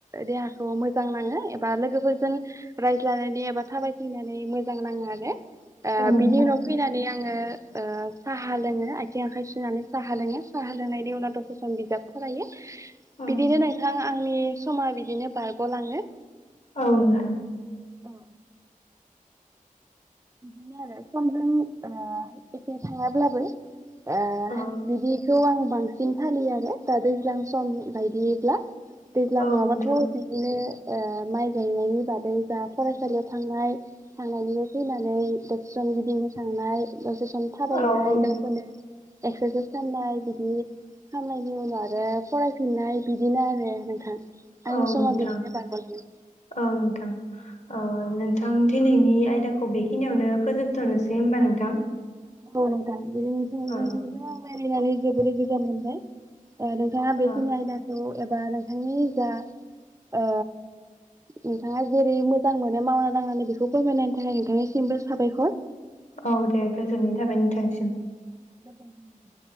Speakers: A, on the right; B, on the left.
A: देहाखौ मोजां नाङो एबा लोगोफोरजों रायज्लायनानै एबा थाबायथिंनानै मोजां नाङो आरो ओ
B: औ नोंथां
A: बिनि उनाव फैनानै आङो ओ साहा लोङो आथिं आखाइ सुनानै साहा लोङो साहा लोंनायनि उनाव दसे सम बिजाब फरायो।
B: औ।
A: बिदिनो नोंथां आंनि समा बिदिनो बारग'लाङो
B: औ नोंथां।
A: अ बिदिनो आरो समजों ओ एखे थायाब्लाबो आ
B: औ
A: बिदिखौ आं बां सीन फालियो आरो दा दैज्लां सम बायदिब्ला। दैज्लां
B: औ
A: नङाबाथ'
B: नोंथां
A: बिदिनो ओ माइ गायनायनि बादै जा फरायसालियाव थांनाय थांनायनि फैनानै दसे सम गिदिंनो थांनाय दसे सम थाबायनाय
B: औ औ।
A: गावखौनो एक्सारसाइस खालामनाय बिदि खालामनायनि उनाव आरो फरायफिननाय बिदिनो आरो नोंथां। आंनि
B: औ
A: समा
B: नोंथां
A: बिदिनो बारग'लाङो
B: औ नोंथां अ नोंथां दिनैनि आय दाखौ बेखिनियावनो फोजोबथ'नोसै होनबा नोंथां।
A: औ नोंथां <unintelligible> रायलायनानै
B: ओ
A: जोबोद गोजोन मोनबाय। ओ नोंथाङा बेखिनि
B: ओ
A: आयदाखौ एबा नोंथांनि जा ओ नोंथाङा जेरै मोजां मोनो मावना दांनानै बेखौ फोरमायनायनि थाखाय नोंथांनिसिमबो साबायखर।
B: औ दे गोजोननाय थाबाय नोंथा थांनिसिम
A: गोजोनथों नोंथां।